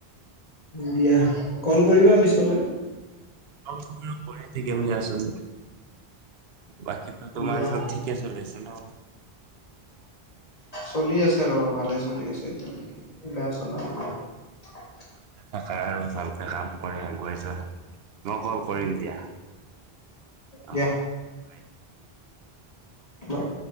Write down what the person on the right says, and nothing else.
অঁ অঁ কৰাই থাকিম দিয়া চোন। বাকীটো তোমাৰ
চব ঠিকে চলে আছে ন।
ভালকে থাকা আৰু ভালকে কাম কৰি আগুৱাই যোৱা। মই কল কৰিম দিয়া,
আহ।